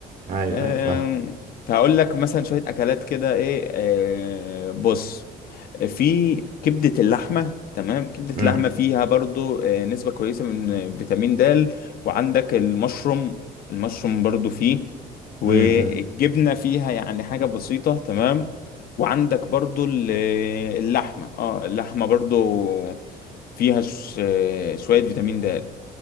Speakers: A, on the right (about 50°); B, on the left (about 60°).
A: أيوه
B: أم،
A: أيوه فاهم
B: فهقول لك مثلا شوية أكلات كده إيه أه، بص في كبدة اللحمة تمام كبدة
A: م-
B: اللحمة فيها برضو أه، نسبة كويسة من فيتامين د وعندك المشروم المشروم برضو فيه والجبنة
A: امم
B: فيها يعني حاجة بسيطة تمام وعندك برضو ال- آه، اللحمة اه اللحمة برضو فيها ش- آه، شوية فيتامين د